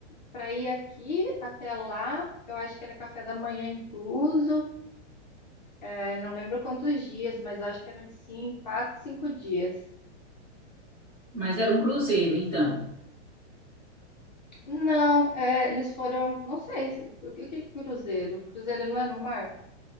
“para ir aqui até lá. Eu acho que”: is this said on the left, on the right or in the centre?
Left